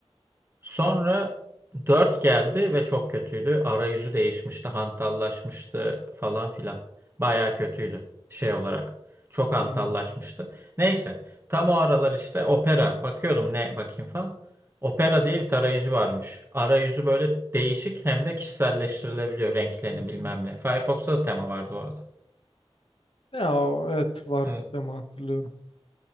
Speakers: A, on the right; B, on the left.
A: Sonra 4 geldi ve çok kötüydü. Arayüzü değişmişti, hantallaşmıştı falan filan. Bayağı kötüydü şey olarak. Çok hantallaşmıştı.
B: Hmm,
A: Neyse tam o aralar işte Opera bakıyordum ne bakayım falan. Opera diye bir tarayıcı varmış. Arayüzü böyle değişik hem de kişiselleştirilebiliyor renklerini
B: hı
A: bilmem
B: hı.
A: ne. Firefox'ta da tema vardı orada.
B: Ya o, evet vardı
A: Evet.
B: deme hatırlıyorum.